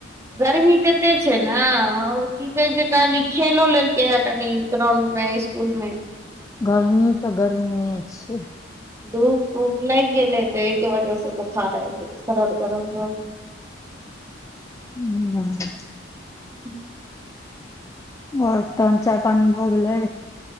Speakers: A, on the right; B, on the left.
A: गर्मी त तै छै नै और की कहै छै काएल ई खेलो लेलकै हें कनि ग्राउंड मे स्कुल मे।
B: गरमी तऽ गरमीए छै।
A: धूप-उप लाएग गेल हेतै ए के वजह से बुखार आएब गेलै, सरद-गरम भऽ गेलै।
B: <unintelligible>
A: हू। <unintelligible>
B: और तहन चाय-पानी भऽ गेलै।